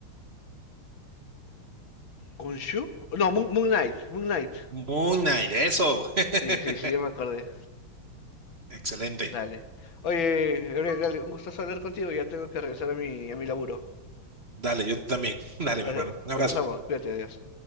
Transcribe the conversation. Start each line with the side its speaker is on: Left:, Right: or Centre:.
Left: ¿Khonshu? No, Moon, Moon Knight, Moon Knight.
Right: Moon Knight, eso. <laughs>
Left: Sí, sí, sí, yo me acordé.
Right: Excelente.
Left: Dale. Oye, Gabriel, dale, un gustazo hablar contigo. Ya tengo que regresar a mi, a mi laburo.
Right: Dale, yo también. <laughs> Dale,
Left: Dale,
Right: mi hermano. Un
Left: conversamos.
Right: abrazo.
Left: Cuídate, adiós.